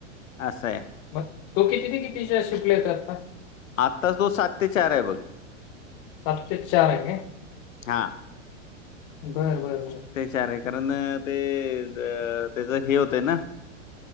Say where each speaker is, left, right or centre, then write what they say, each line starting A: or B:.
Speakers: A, on the left; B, on the left.
A: असे.
B: मग तो किती ते कितीच्या शििकले तर आता.
A: आत्ताास तो सात ते चार आहे बोल.
B: सत्य चारक.
A: हा.
B: बरं बरं बरं..
A: ते चार आहे कारण ते त्याचं हे होतंय ना.